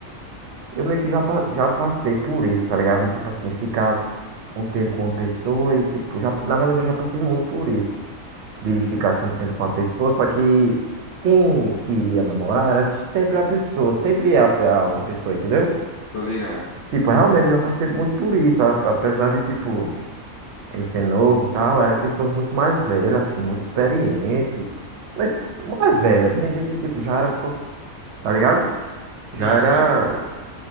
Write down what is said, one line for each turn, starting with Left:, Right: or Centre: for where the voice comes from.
Right: Eu meio que já, pa- já passei por isso, tá ligado? E tipo assim, ficar um tempo com uma pessoa e tipo. Já, na verdade, eu já passei muito por isso. de
Left: Uhum.
Right: ficar com o tempo com a pessoa, só que quem queria namorar era sempre a pessoa, sempre é a, a outra pessoa, entendeu?
Left: Tô ligado.
Right: Tipo, realmente eu já passei muito por isso, a- apesar de, tipo, eu ser novo e tal, era pessoas muito mais velhas, assim, muito experiente, mas mais
Left: Sim,
Right: velha, tinha gente que, tipo, já era, pro- tá ligado?
Left: sim.
Right: Já era,
Left: sim.